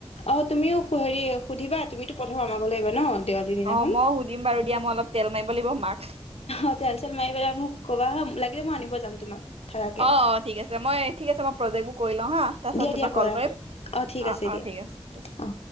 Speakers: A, on the left; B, on the right.
A: অ তুমিও হেৰি সুধিবা তুমিতটো প্ৰথম আমাক গলেগৈ ন দেৱালীৰ দিনাখন
B: অ মই সুধিম বাৰু দিয়া মই অলপ তেল মাৰি লাগিব মাক
A: অ তেল চেল মাৰিবেলা মোক কবা হা লাগিলে মই আনিব যাম তোমাক থাকাকে
B: অ অ ঠিক আছে মই ঠিক আছে মই প্ৰজেক্ট ব কৰি লওঁ হা তাৰপিছত
A: দিয়া
B: তোমাক
A: দিয়া কৰা
B: কল কৰিম
A: অঁ ঠিক
B: অ
A: আছে
B: অ
A: দিয়া
B: ঠিক আছে
A: অঁ